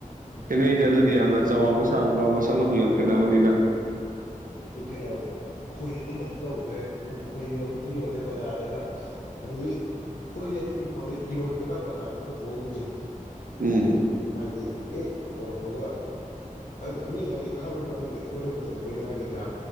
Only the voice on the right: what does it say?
ꯈꯦꯠꯅꯩꯗ ꯑꯗꯨꯗꯤ ꯌꯥꯝꯅ ꯆꯥꯎꯕ ꯁꯥꯡꯕ ꯃꯁꯛ ꯃꯆꯨ ꯌꯥꯝ ꯈꯦꯠꯅꯕꯅꯤꯅ
ꯎꯝ